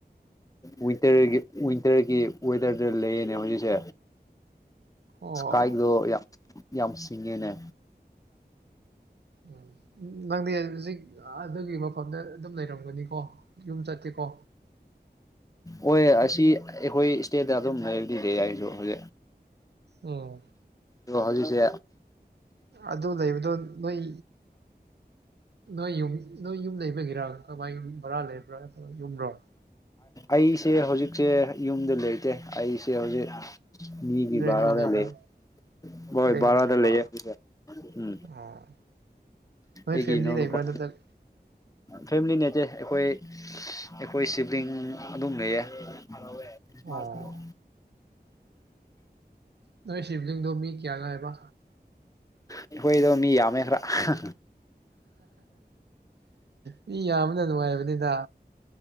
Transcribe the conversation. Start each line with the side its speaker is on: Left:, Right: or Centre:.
Left: ꯋꯤꯟꯇꯔꯒꯤ ꯋꯤꯟꯇꯔꯒꯤ ꯋꯦꯗꯔꯗ ꯂꯩꯌꯦꯅꯦ ꯍꯧꯖꯤꯛꯁꯦ
Right: ꯑꯣ
Left: ꯁꯀꯥꯏꯗꯣ ꯌꯥꯝ ꯌꯥꯝ ꯁꯤꯡꯉꯦꯅꯦ
Right: ꯎꯝ ꯅꯪꯗꯤ ꯍꯧꯖꯤꯛ ꯑꯗꯨꯒꯤ ꯃꯐꯝꯗ ꯑꯗꯨꯝ ꯂꯩꯔꯝꯒꯅꯤꯀꯣ ꯌꯨꯝ ꯆꯠꯇꯦꯀꯣ
Left: ꯍꯣꯏ ꯑꯁꯤ ꯑꯩꯈꯣꯏ ꯏꯁꯇꯦꯠꯇ ꯑꯗꯨꯝ ꯂꯩꯗꯤꯗꯦ ꯌꯥꯏꯁꯨ ꯍꯧꯖꯤꯛ
Right: ꯎꯝ
Left: ꯑꯣ ꯍꯧꯖꯤꯁꯦ
Right: ꯑꯗꯨ ꯂꯩꯕꯗꯣ ꯅꯣꯏ ꯅꯣꯏ ꯌꯨꯝ ꯅꯣꯏ ꯌꯨꯝ ꯂꯩꯕꯒꯤꯔꯥ ꯀꯃꯥꯏꯨꯝ ꯕꯣꯔꯥ ꯂꯩꯕ꯭ꯔꯥ ꯅꯠꯇ ꯌꯨꯝꯕꯣ
Left: ꯑꯩꯁꯦ ꯍꯧꯖꯤꯛꯁꯦ ꯌꯨꯝꯗ ꯂꯩꯇꯦ ꯑꯩꯁꯦ ꯍꯧꯖꯤꯛ ꯃꯤꯒꯤ
Right: ꯔꯦꯟ ꯑꯣꯏꯅ
Left: ꯔꯗ
Right: ꯂꯩꯕ꯭ꯔꯥ
Left: ꯂꯩ ꯍꯣꯏ
Right: ꯔꯦꯟ ꯑꯣꯏꯅ
Left: ꯔꯥꯗ
Right: ꯂꯩꯕ
Left: ꯂꯩ ꯎꯝ
Right: ꯑꯣ ꯅꯣꯏ
Left: ꯑꯦꯒꯤꯅꯧꯄ
Right: ꯐꯦꯃꯤꯂꯤ ꯂꯩꯕ꯭ꯔꯥ ꯅꯠꯇ꯭ꯔꯒ
Left: ꯐꯦꯃꯤꯂꯤ ꯅꯠꯇꯦ ꯑꯩꯈꯣꯏ ꯑꯩꯈꯣꯏ ꯁꯤꯕꯂꯤꯡ ꯑꯗꯨꯝ ꯂꯩꯌꯦ ꯀ꯭ꯔꯤꯃꯁ
Right: ꯑꯣ
Left: ꯗ
Right: ꯅꯣꯏ ꯁꯤꯕꯂꯤꯡꯗꯣ ꯃꯤ ꯀꯌꯥ ꯉꯥꯏꯕ
Left: ꯑꯩꯈꯣꯏꯗꯣ ꯃꯤ ꯌꯥꯝꯃꯦ ꯈꯔ <unintelligible>
Right: ꯃꯤ ꯌꯥꯝꯕꯅ ꯅꯨꯡꯉꯥꯏꯕꯅꯤꯗ